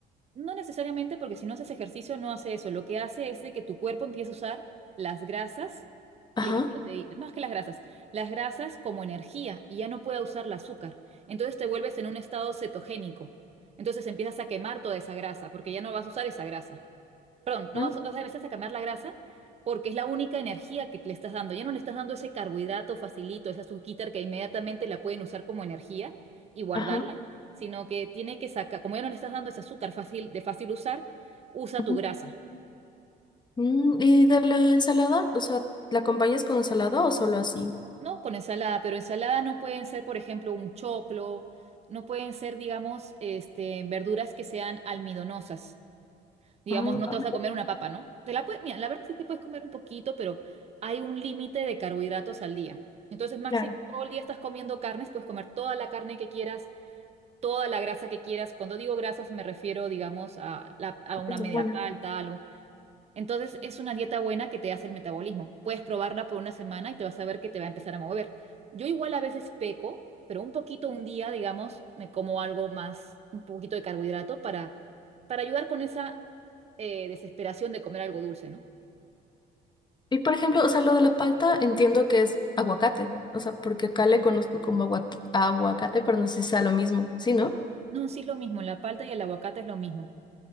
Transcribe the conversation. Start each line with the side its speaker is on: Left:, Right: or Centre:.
Right: No necesariamente porque si no haces ejercicio no hace eso. Lo que hace es de que tu cuerpo empiece a usar las grasas
Left: Ajá,
Right: y la proteína, más que las grasas, las grasas como energía y ya no puede usar el azúcar. Entonces te vuelves en un estado cetogénico. Entonces empiezas a quemar toda esa grasa porque ya no vas a usar esa grasa perdón, no
Left: ah,
Right: vas, vas a veces a quemar la grasa porque es la única energía que le estás dando. Ya no le estás dando ese carbohidrato facilito, esa azuquita que inmediatamente la pueden usar como energía y guardarla,
Left: ajá.
Right: sino que tiene que sacar, como ya no le estás dando ese azúcar fácil, de fácil usar, usa
Left: ujú.
Right: tu grasa,
Left: Mm, ¿y de la ensalada? O sea, ¿la acompañas con ensalada o solo así?
Right: ¿no? Con ensalada, pero ensalada no pueden ser, por ejemplo, un choclo, no pueden ser, digamos, este, verduras que sean almidonosas Digamos,
Left: Ajá,
Right: no te
Left: ajá,
Right: vas a comer una papa, ¿no? Te la puedes, mira, la verdad sí te puedes comer un poquito, pero hay un límite de carbohidratos al día. Entonces, máximo
Left: Claro,
Right: todo el día estás comiendo carnes, puedes comer toda la carne que quieras, toda la grasa que quieras. Cuando digo grasas me refiero, digamos, a, la- a una
Left: es
Right: media
Left: buena.
Right: palta, algo. Entonces es una dieta buena que te hace el metabolismo. Puedes probarla por una semana y te vas a ver que te va a empezar a mover. Yo igual a veces peco, pero un poquito un día, digamos, me como algo más, un poquito de carbohidrato para, para ayudar con esa eh, desesperación de comer algo dulce, ¿no?
Left: Y por ejemplo, o sea, lo de la palta entiendo que es aguacate, o sea, porque acá le conozco como aguac- aguacate, pero no sé si sea lo mismo, ¿sí, no?
Right: No, sí es lo mismo, la palta y el aguacate es lo mismo.